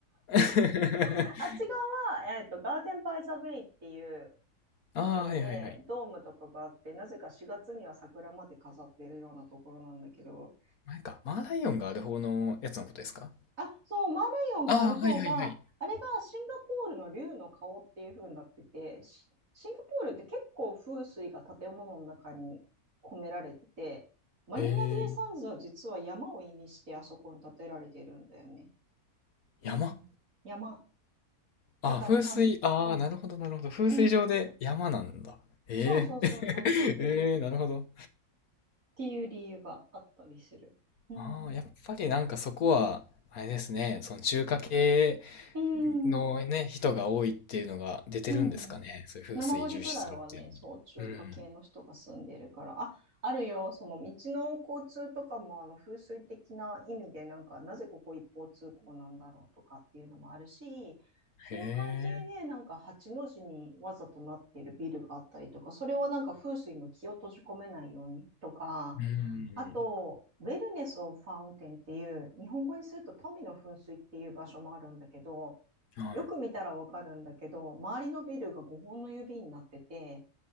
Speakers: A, on the left; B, on the right.
A: <laughs>
B: <laughs> あっち側は、えっと、ガーデンバイザベイっていう
A: ああ、
B: ところで、
A: はいはいはい。
B: ドームとかがあって、なぜか4月には桜まで飾っているようなところなんだけど。
A: なんか、マーライオンがある方のやつのことですか
B: あ、そう、マーライオンがある方が、
A: ああー、はいはいはい。
B: あれがシンガポールの竜の顔っていう風になってて、シシンガポールって結構風水が建物の中に込められてて、マリーナベイサンズは実は山を意味してあそこに建てられているんだよね。
A: えー、山。
B: うん。山。
A: あー、
B: だから3本。
A: 風水、ああ、なるほどなるほど。風水上で山なんだ。
B: うん。
A: ええー、
B: そうそうそうそうそうそう。
A: <laughs> えー、なるほど。
B: っていう理由があったりする。うんうん。
A: ああ、やっぱりなんかそこは、あれですね、その中華系
B: うん。
A: のね、人が多いっていうのが出てるんですかね。
B: うん。
A: そういう風水重視するっていうのに。
B: 7割ぐらいはね、そう、中華系の人が住んでいるから、
A: うん。
B: あ、あるよ、その道の交通とかも、あの、風水的な意味で、なんか、なぜここ一方通行なんだろうとかっていうのもあるし、その関係で、
A: へえ。
B: なんか、八の字にわざとなっているビルがあったりとか、それはなんか風水の気を閉じ込めないようにとか、
A: うんう
B: あと、
A: ん
B: ウェルネス・オブ・ファウンテンっていう、日本語にすると富の噴水っていう場所もあるんだけど、
A: うん。はい。
B: よく見たらわかるんだけど、周りのビルが5本の指になってて、